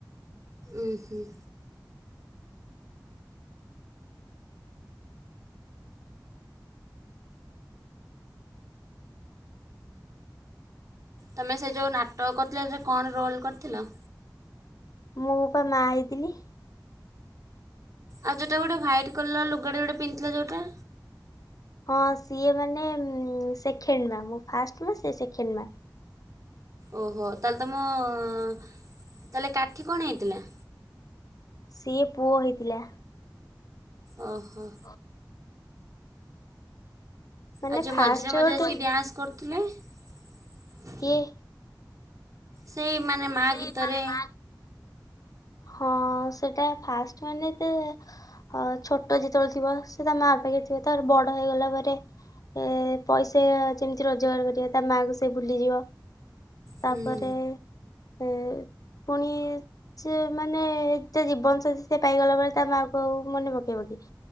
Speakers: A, on the right (about 45°); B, on the left (about 55°).
A: ଉୁଁ ହୁଁ। ତମେ ସେ ଯୋଉ ନାଟକ କରିଥିଲ ସେଥେରେ କଣ ରୋଲ୍ କରିଥିଲ।
B: ମୁଁ ପା ମା ହେଇଥିଲି।
A: ଆଉ ଯୋଉ ଟା ଗୋଟେ ହ୍ୱାଇଟ୍ କଲର ଲୁଗା ଟେ ଗୋଟେ ପିନ୍ଧଥିଲ ଯୋଉଟା।
B: ହଁ ସିଏ ମାନେ ଉଁ ସେଖେଣ୍ଡ ମା ମୁଁ ଫାଷ୍ଟ ମା ସେ ସେକେଣ୍ଡ ମା।
A: ଓହୋ ତାହେଲେ ତମ ତାହେଲେ କାଠି କଣ ହେଇଥିଲା?
B: ସିଏ ପୁଅ ହେଇଥିଲା।
A: ଓହୋ।
B: <inaudible> ମାନେ
A: ଆଉ ଯୋ
B: ଫାଷ୍ଟ
A: ମଝିରେ ମଝିରେ
B: ଗୋଟେ
A: ଆସିକି ଡ୍ୟାନ୍ସ କରୁଥିଲେ।
B: କିଏ?
A: ସେଇ ମାନେ ମା
B: ସେଇ
A: ଗୀତରେ
B: ମାନେ ମା ହଁ ସେଟା ଫାଷ୍ଟ ମାନେ ତ ହଁ ଛୋଟ ଯେତେବେଳେ ଥିବ ସେ ତା ମାଆ ପାଖରେ ଥିବ ତାପରେ ବଡ ହେଇଗଲା ପରେ ଏ ପଇସା ଯେମିତି ରୋଜଗାର କରିବ ତା ମା କୁ ସେ ଭୁଲିଯିବ।
A: ହୁଁ
B: ତାପରେ ଏ ପୁଣି ସେ ମାନେ ତା ଜୀବନ ସାଥି ସେ ପାଇଗଲା ପରେ ତା ମା କୁ ଆଉ ମନେ ପକେଇବକି।